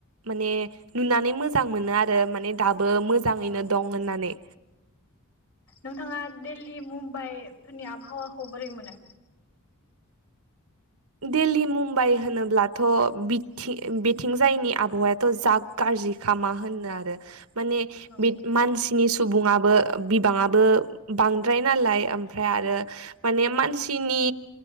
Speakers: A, on the right (about 75°); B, on the left (about 70°).
A: माने नुनानै मोजां मोनो आरो माने दाबो मोजाङैनो
B: औ
A: दं होननानै
B: नोंथाङा दिल्ली मुम्बाइ फोरनि आबहावाखौ बोरै मोनो
A: दिल्ली मुम्बाइ होनोब्लाथ' बि बिथिंजायनि आबहावायाथ' ज गाजिखा मा होननो आरो माने
B: औ
A: सुबुङाबो बिबाङाब़ बांद्राय नालाय ओमफ्राय आरो माने मानसिनि